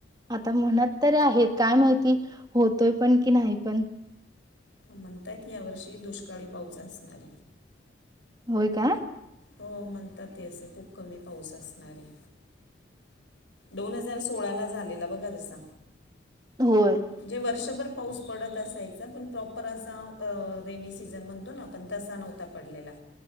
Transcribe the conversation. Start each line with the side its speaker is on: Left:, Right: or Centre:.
Right: आता म्हणत तरी आहेत काय माहिती होतोय पण की नाही पण
Left: म्हणतायत यावर्षी दुष्काळी पाऊसच असणारे.
Right: होय काय
Left: हो म्हणतात ते असं खूप कमी पाऊस असणार आहे. दोन हजार सोळा ला झालेला बघ गरस
Right: होय
Left: जे वर्षभर पाऊस पडत असायचा पण प्रॉपर असा अ रेनी सीझन म्हणतो ना आपण तसा नव्हता पडलेला.